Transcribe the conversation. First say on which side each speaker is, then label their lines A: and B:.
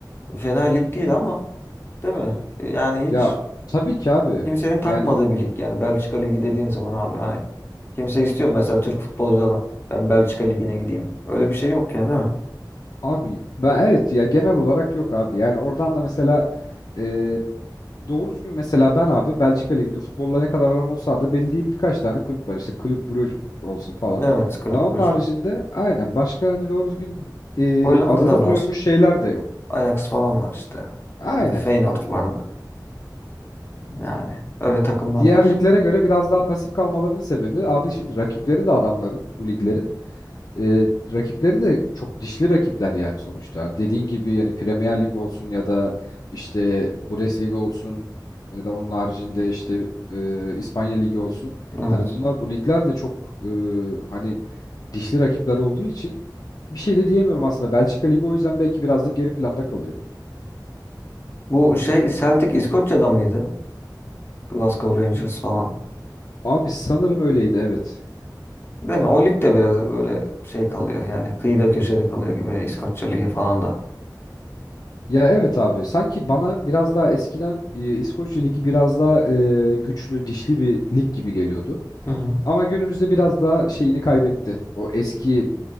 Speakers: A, on the left; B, on the left.
A: fena lig değil ama değil mi? Yani
B: Ya
A: hiç
B: tabii ki abi.
A: kimsenin takmadığı
B: Yani
A: bir lig yani Belçika Ligi dediğin zaman abi hani kimse istiyor mu mesela Türk futbolculardan ben Belçika Ligi'ne gideyim. Öyle bir şey yok yani değil mi?
B: abi ben evet ya genel olarak yok abi. Yani oradan da mesela e, doğru düzgün mesela ben abi Belçika Ligi'nde futbolla ne kadar aram olsa da bildiğim birkaç tane kulüp var. İşte Kulüp Brugge olsun falan.
A: Evet kulüp
B: Ha, onun
A: Brugge
B: haricinde
A: var.
B: aynen başka hani doğru düzgün e,
A: Hollanda'da
B: adını
A: var.
B: duyurmuş şeyler de yok.
A: Ajax falan var işte.
B: Aynen.
A: Yani Feyenoord vardı. Yani öyle takımlar
B: Diğer
A: var.
B: liglere göre biraz daha pasif kalmalarının sebebi abi şimdi rakipleri de adamların bu liglerin. e, rakipleri de çok dişli rakipler yani sonuçta. Dediğin gibi yani Premier Lig olsun ya da işte Bundesliga olsun ya da onun haricinde işte e, İspanya Ligi olsun.
A: Evet.
B: Hani bunlar bu ligler de çok e, hani dişli rakipler olduğu için bir şey de diyemiyorum aslında. Belçika Ligi o yüzden belki biraz da geri planda kalıyor.
A: Bu şey Celtic İskoçya'da mıydı? Glasgow Rangers falan.
B: Abi sanırım öyleydi evet.
A: Değil mi? O lig de biraz böyle şey kalıyor yani kıyıda köşede kalıyor gibi İskoçya Ligi falan da.
B: Ya evet abi sanki bana biraz daha eskiden e, İskoçya Ligi biraz daha e, güçlü, dişli bir lig gibi geliyordu.
A: Hı hı.
B: Ama günümüzde biraz daha şeyini kaybetti. O eski